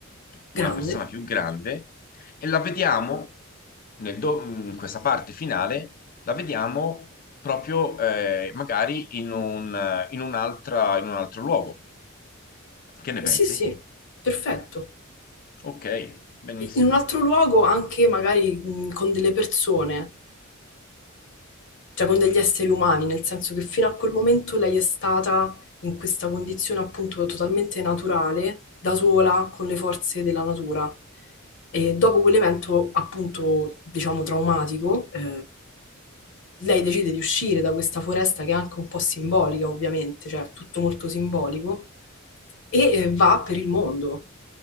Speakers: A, on the left; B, on the left.
A: una
B: grande.
A: persona più grande e la vediamo nel do- in questa parte finale, la vediamo proprio eh, magari in un, in un'altra, in un altro luogo. Che ne
B: Sì,
A: pensi?
B: sì, perfetto.
A: Ok, benissimo.
B: In un altro luogo anche magari mh, con delle persone. cioè con degli esseri umani, nel senso che fino a quel momento lei è stata in questa condizione appunto totalmente naturale, da sola, con le forze della natura. E dopo quell'evento appunto, diciamo, traumatico, eh, lei decide di uscire da questa foresta che è anche un po' simbolica, ovviamente, cioè è tutto molto simbolico, e eh, va per il mondo.